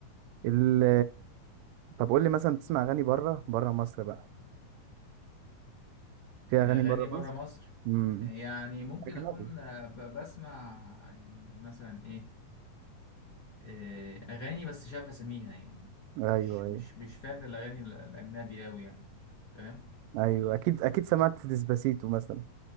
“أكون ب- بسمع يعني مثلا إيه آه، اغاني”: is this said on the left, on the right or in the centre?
Left